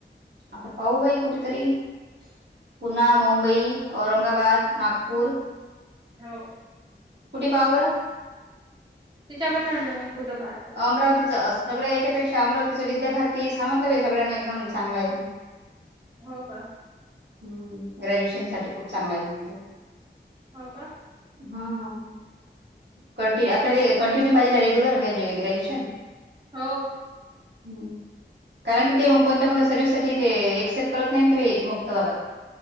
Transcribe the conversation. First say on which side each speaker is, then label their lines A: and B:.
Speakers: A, on the right; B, on the right.
A: अप पाऊ बाई कठतरी
B: <unintelligible>
A: पुना मुंबई औरंगाबाद नागपूर.
B: हो.
A: कुठे पाहा बरं.
B: तिच्या मणा ना कुठं पाह.
A: अमरावतीचं अस सगळ्या याच्यापेक्षा अमरावतीच विद्याभारती सांगतलं भे सगळ्यांनी एकदम चांगला आहे.
B: हो का?
A: हम्म ग्रॅज्युएशन साठी खूप चांगला आहे म्हणत
B: हो का
A: ह. कंिन्य आपल्या कंटिन्यू पाहिजे ना रेग्युलर ग्रॅज्युएशन?
B: हो.
A: ह् कारण कि ते मग कोणत्या कोणत्या सर्विस साठी ते एऍक्सेप्ट करत नाही ते मग! वालं.